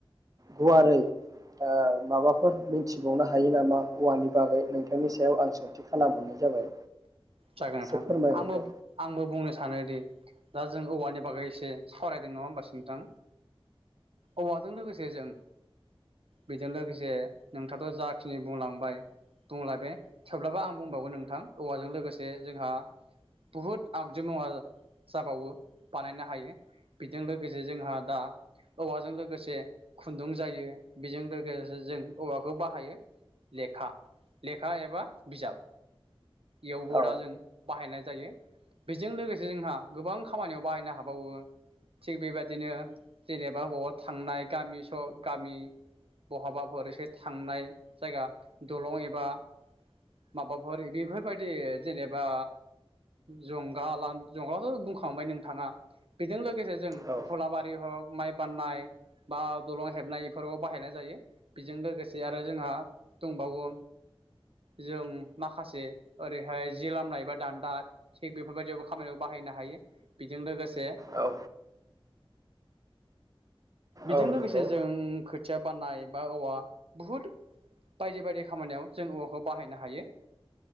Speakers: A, on the right; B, on the right.
A: गुवारै ओ माबाफोर मिथिबावनो हायो नामा औवानि बागै नोंथांनि सायाव आं सों थि खालामहरनाय जाबाय
B: जागोन
A: एसे
B: नोंथां
A: फोरमायहरदो
B: आंबो आंबो बुंनो सानोदि दा जों औवानि बागै एसे सावरायदों नङा होमबासो नोंथां औवाजों लोगोसे जों बेजों लोगोसे नोंथाङाथ' जाखिनि बुंलांबाय बुंला बे थेवब्लाबोा आं बुंबावगोन नोंथां औवाजों लोगोसे बे जोंहा बुहुद आगजु मुवा जाबावो बानायनो हायो बेजों लोगोसे जोंहा दा औवाजों लोगोसे खुन्दुं जायो बेजों लोगोसे जों औवाखौ बाहायो लेखा लेखा एबा बिजाब गदा
A: औ
B: जों बाहायनाय जायो बेजों लोगोसे जोंहा गोबां खामानियाव बाहायनो हाबावो थिग बेबायदिनो जेनेबा बबावा थांनाय गामि स गामि बहाबाफोर एसे थांनाय जायगा दलं एबा माबाफोर बेफोरबायदि जेनेबा जंगाला जंगलाथ' बुंखांबाय नोंथाङा बेजों लोगोसे जों
A: औ
B: फुलाबारि हग माइ बान्नाय बा दलं हेबनाय बेफोराव बाहायनाय जायो बेजों लोगोसे आरो जोंहा दंबावो जों माखासे ओरै बेहाय जि लामनाय एबा दान्दा थिग बेफोरबायदिया‌व खामानियाव बाहायनो हायो बेजों लोगोसे
A: औ
B: बेजों
A: औ
B: लोगोसे
A: नंगौ
B: जों खो खोथिया बाननाय बा औवा बुहुद बायदि बायदि खामानियाव जों औवाखौ बाहायनो हायो।